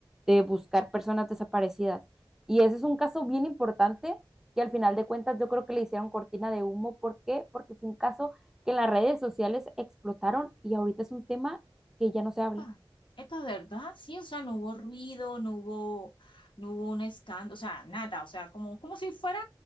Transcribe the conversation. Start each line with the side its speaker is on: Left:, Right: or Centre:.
Centre: de buscar personas desaparecidas. Y ese es un caso bien importante que al final de cuentas yo creo que le hicieron cortina de humo. ¿Por qué? Porque fue un caso que en las redes sociales explotaron y ahorita es un tema que ya no se habla.
Left: Ah, esto es verdad, sí, o sea, no hubo ruido, no hubo, no hubo un escándalo, o sea, nada, o sea, como, como si fuera